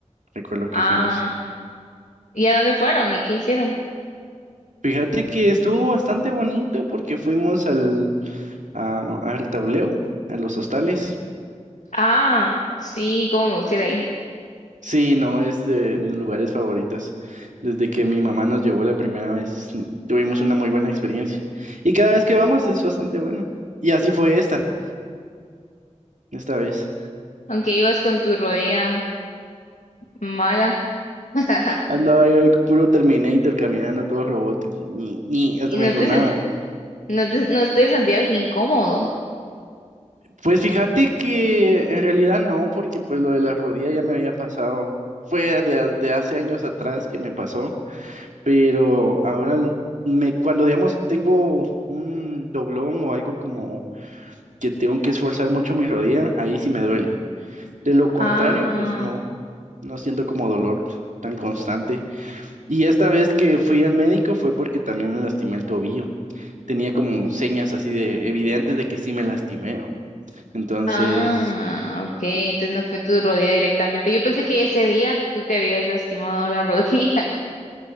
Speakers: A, on the right (about 85°); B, on the left (about 75°).
A: Recuerdo que
B: Ah,
A: fuimos.
B: ¿y a dónde fueron y qué hicieron?
A: Fíjate que estuvo bastante bonito porque fuimos al, a- al tableo, a los hostales.
B: Ah, sí, cómo me gusta ir ahí.
A: Sí, no, es de mis lugares favoritos. Desde que mi mamá nos llevó la primera vez, tuvimos una muy buena experiencia. Y cada vez que vamos es bastante bueno. Y así fue esta, esta vez.
B: Aunque ibas con tu rodilla mala. <laughs>
A: Andaba yo ahí puro Terminator caminando todo robótico. Ni, ni, hasta
B: Y no
A: me enronaba.
B: te, sen- no te, no te sentías incómodo.
A: Pues fíjate que en realidad no, porque pues lo de las rodillas ya me había pasado. Fue de, ha- de hace años atrás que me pasó, pero ahora me, cuando digamos tengo un doblón o algo como que tengo que esforzar mucho mi rodilla, ahí sí me duele. De lo contrario,
B: Ah,
A: pues no, no siento como dolor tan constante. Y esta vez que fui al médico fue porque también me lastimé el tobillo. Tenía como señas así de evidentes de que sí me lastimé. Entonces...
B: ah, ok. Entonces no fue tu rodilla directamente. Yo pensé que ese día tú te habías lastimado la rodilla. <laughs>